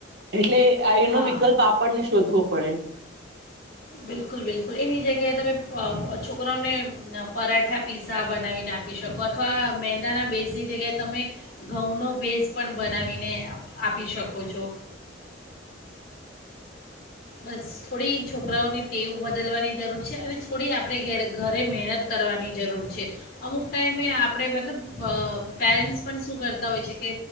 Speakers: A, on the right (about 55°); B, on the left (about 50°).
A: એટલે એનો
B: હા
A: વિકલ્પ આપણને શોધવો પડે.
B: બિલકુલ બિલકુલ એની જગ્યાએ તમે છોકરાઓને પરાઠા પીઝા બનાવીને આપી શકો અથવા મેંદાના બેઝની જગ્યાએ તમે ઘઉંનો બેઝ પણ બનાવીને આપી શકો છો. બસ થોડી છોકરાઓને ટેવ બદલવાની જરૂર છે, અને થોડી આપણે ઘ ઘરે મહેનત કરવાની જરૂર છે, અમુક ટાઈમે આપણે મતલબ પેરેન્ટ્સ પણ શું કરતા હોય છે, કે